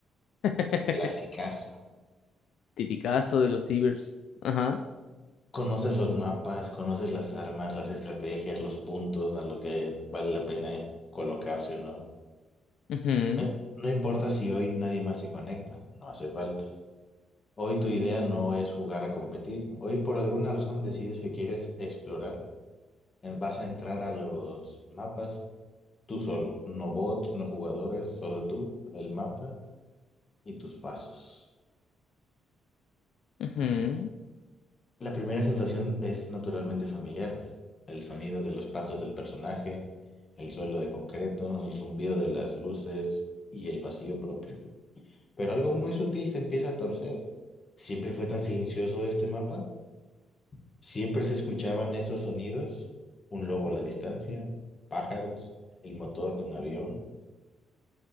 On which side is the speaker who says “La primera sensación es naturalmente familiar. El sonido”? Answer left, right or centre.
Left